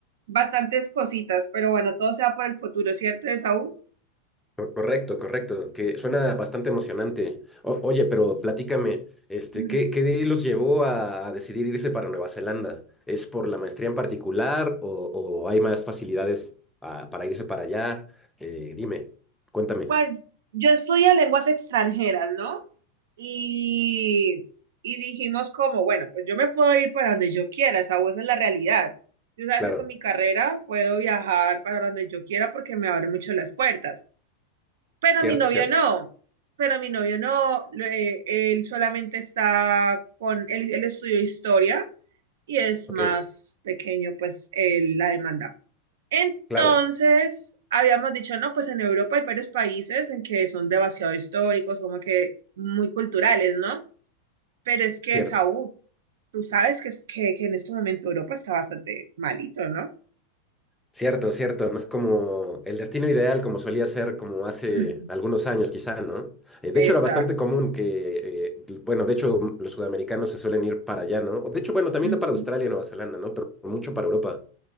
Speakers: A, on the right; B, in the centre.
A: bastantes cositas. Pero bueno, todo sea por el futuro, ¿cierto, Esaú?
B: Co- Correcto, correcto, que suena bastante emocionante. O- oye, pero platícame, este,
A: Mm.
B: ¿qué, qué los llevó a, a decidir irse para Nueva Zelanda? ¿Es por la maestría en particular o, o hay más facilidades ah, para irse para allá? Eh, dime, cuéntame.
A: Pues yo estudio lenguas extranjeras, ¿no? Y, y dijimos como, bueno, pues yo me puedo ir para donde yo quiera, esa, esa es la realidad. Yo sabes
B: Claro,
A: que con mi carrera puedo viajar para donde yo quiera porque me abre mucho las puertas. Pero
B: cierto,
A: mi novio
B: cierto.
A: no, pero mi novio no, lo- eh, él solamente está con, él, él estudió historia y es
B: Ok,
A: más pequeño pues el- la demanda entonces,
B: claro,
A: habíamos dicho, no, pues en Europa hay varios países en que son demasiado históricos, como que muy culturales, ¿no? Pero es que,
B: cierto.
A: Saúl, tú sabes que, es- que, que en este momento Europa está bastante malito, ¿no?
B: Cierto, cierto, además como el destino ideal, como solía ser como hace
A: Ujú.
B: algunos años quizá, ¿no? Eh, de
A: Exacto.
B: hecho era bastante común que, eh, bueno, de hecho mm, los sudamericanos se suelen ir para allá, ¿no? O de hecho, bueno, también
A: Ujú.
B: no para Australia y Nueva Zelanda, ¿no? Pero mucho para Europa.